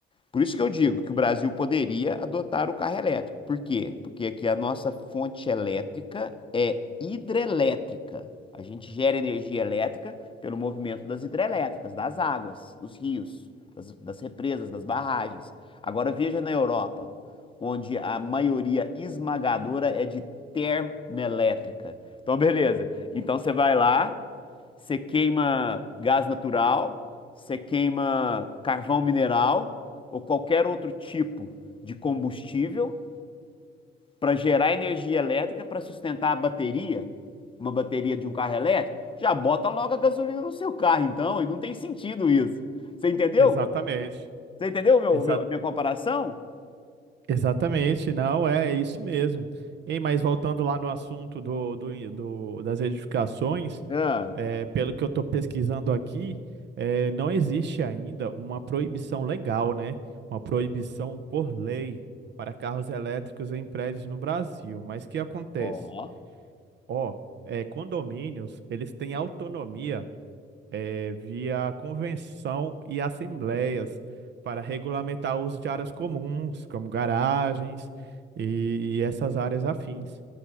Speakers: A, on the left; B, on the right.
A: por isso que eu digo que o Brasil poderia adotar o carro elétrico. Por quê? Porque aqui a nossa fonte elétrica é hidrelétrica. A gente gera energia elétrica pelo movimento das hidrelétricas, das águas, dos rios, das, das represas, das barragens. Agora veja na Europa, onde a maioria esmagadora é de termoelétrica. Então, beleza. Então você vai lá, você queima gás natural, você queima carvão mineral ou qualquer outro tipo de combustível para gerar energia elétrica para sustentar a bateria, uma bateria de um carro elétrico, já bota logo a gasolina no seu carro, então, e não tem sentido isso. Você entendeu?
B: Exatamente.
A: Você entendeu o meu,
B: Exa
A: o meu- a minha comparação?
B: exatamente, não, é, é isso mesmo. Ei, mas voltando lá no assunto do, do, do- das edificações,
A: Ah,
B: é, pelo que eu estou pesquisando aqui, é, não existe ainda uma proibição legal, né? Uma proibição por lei para carros elétricos em prédios no Brasil. Mas o que acontece?
A: ó.
B: Ó, é, condomínios, eles têm autonomia eh, via convenção e assembleias para regulamentar o uso de áreas comuns, como garagens e essas áreas afins.